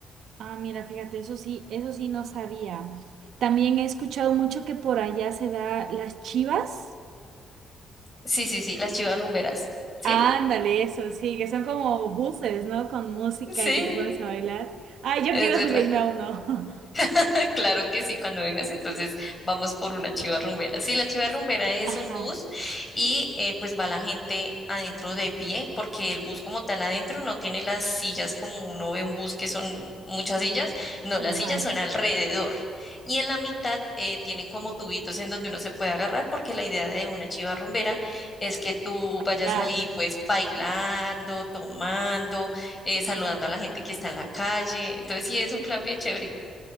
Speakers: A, on the right (about 75°); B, on the left (about 20°).
A: Ah, mira, fíjate, eso sí, eso sí no sabía. También he escuchado mucho que por allá se da las chivas.
B: Sí, sí, sí, las chivas rumberas. ¿sí?
A: Ándale, eso sí, que son como buses, ¿no? Con música
B: Sí,
A: y que te pones a bailar. Ay, yo
B: es
A: quiero
B: verdad.
A: subirme a uno. <laughs>
B: <laughs> Claro que sí, cuando vengas, entonces vamos por una chiva rumbera. Sí, la chiva
A: Es-
B: rumbera es
A: Ajá,
B: un bus y eh, pues va la gente adentro de pie, porque el bus como tal adentro no tiene las sillas como uno ve un bus que son muchas sillas, no,
A: ajá.
B: las sillas son alrededor y en la mitad eh, tienen como tubitos en donde uno se puede agarrar, porque la idea de una chiva rumbera es que tú vayas
A: La,
B: ahí pues bailando, tomando, eh, saludando a la gente que está en la calle, entonces sí, es un plan bien chévere.